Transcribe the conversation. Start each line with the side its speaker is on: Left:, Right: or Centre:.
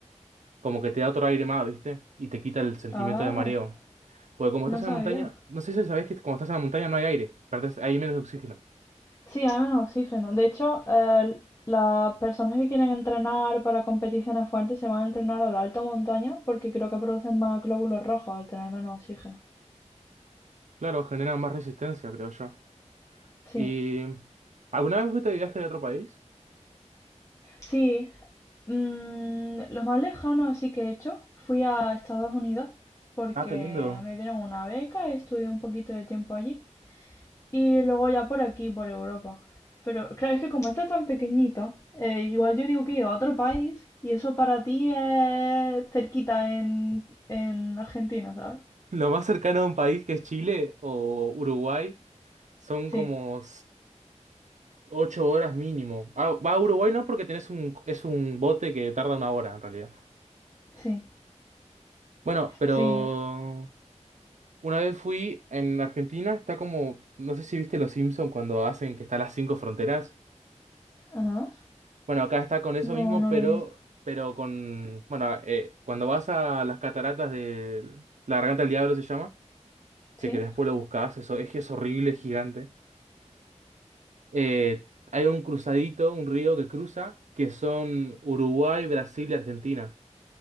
Right: como que te da otro aire más, ¿viste? Y te quita el sentimiento
Left: Ah,
Right: de mareo. Porque como estás
Left: no sabía.
Right: en la montaña, no sé si sabés que cuando estás en la montaña no hay aire, perdés, hay menos oxígeno.
Left: Sí, hay menos oxígeno. De hecho, eh, las personas que quieren entrenar para competiciones fuertes se van a entrenar a la alta montaña porque creo que producen más glóbulos rojos al tener menos oxígeno.
Right: Claro, genera más resistencia, creo yo.
Left: Sí.
Right: ¿Y mm, alguna vez fuiste de viaje a otro país?
Left: Sí. Mm, lo más lejano así que he hecho, fui a Estados Unidos porque
Right: Ah, qué lindo.
Left: me dieron una beca y estudié un poquito de tiempo allí. Y luego ya por aquí, por Europa. Pero claro, es que como esto es tan pequeñito, eh, igual yo digo que he ido a otro país y eso para ti es cerquita en, en Argentina, ¿sabes?
Right: Lo más cercano a un país que es Chile o Uruguay son
Left: Sí,
Right: como Ocho horas mínimo. Ah, va a Uruguay no porque tenés un, es un bote que tarda una hora en realidad.
Left: sí,
Right: Bueno, pero
Left: sí.
Right: una vez fui en Argentina, está como, no sé si viste Los Simpson cuando hacen que están las cinco fronteras.
Left: Ajá.
Right: Bueno, acá está con eso
Left: No,
Right: mismo,
Left: no
Right: pero,
Left: lo vi.
Right: pero con, bueno, eh, cuando vas a las cataratas de la Garganta del Diablo se llama, si
Left: ¿Sí?
Right: querés después lo buscás, eso es que es horrible, es gigante. Eh, hay un cruzadito, un río que cruza, que son Uruguay, Brasil y Argentina.